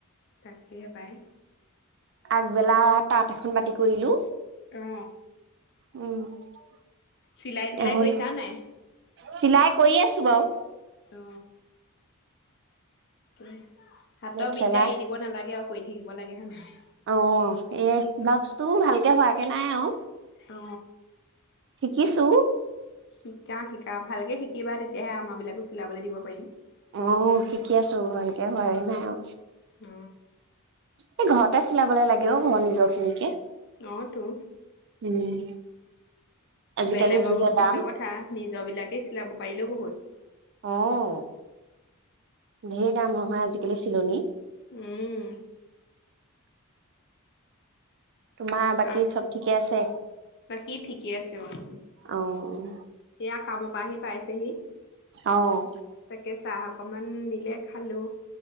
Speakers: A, on the left (about 50°); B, on the right (about 55°).
A: থাকটহে পায়।
B: আগবেলা তাঁত এখন বাতি কৰিলো
A: অ অ
B: উম। <unintelligible>
A: চিলাই তিলাই
B: হ'ল
A: কৰিছা নাই?
B: চিলাই কৰি আছো বাৰু।
A: অ', অ। হাতৰ
B: মেখেলা
A: বিদ্যা এৰি দিব নালাগে আৰু। কৰি থাকিবাগে হয়, নাই।
B: অ, এই ব্লাউচটো ভালকে হোৱাকে নাই আও।
A: অ।
B: শিকিছো।
A: শিকা, শিকা ভালকে শিকিবা তেতিয়াহে আমাৰ বিলাকো চিলাবলৈ দিব পাৰিম।
B: অ, শিকি আছো ভালকে হয় নাই আৰু।
A: অ।
B: এই ঘৰতে চিলাবলে লাগেও ঘৰ নিজৰ খিনিকে।
A: অতো।
B: উম, আজিকালি
A: বেলেগৰ
B: যিহে দাম
A: পিছৰ কথা নিজ বিলাকেই চিলাব পাৰিলেও বহুত।
B: অ', ঢেৰ দাম নহয় আজি। কেলে চিলনী।
A: উম।
B: তোমাৰ বাকী
A: আম
B: চব ঠিকে আছে
A: বা কি ঠিকে আছে বাৰু
B: অ',
A: সয়া কামৰ পৰা আহি পাইছেহি।
B: অ',
A: তাকে চাহ। অকমান দিলে খালো।